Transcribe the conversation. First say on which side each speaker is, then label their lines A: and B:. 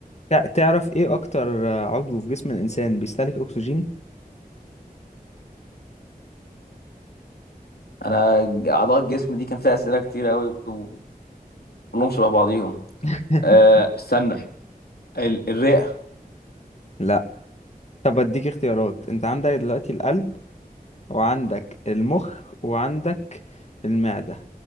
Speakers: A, on the left; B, on the left.
A: تع- تعرف إيه أكتر عضو في جسم الإنسان بيستهلك أكسجين؟
B: انا اعضاء الجسم دي كان فيها اسئلة كتير قوي وكلهم شبه بعضيهم
A: <laughs>
B: آه استنى ال- الرئة
A: لا طب أديك اختيارات أنت عندك دلوقتي القلب وعندك المخ وعندك المعدة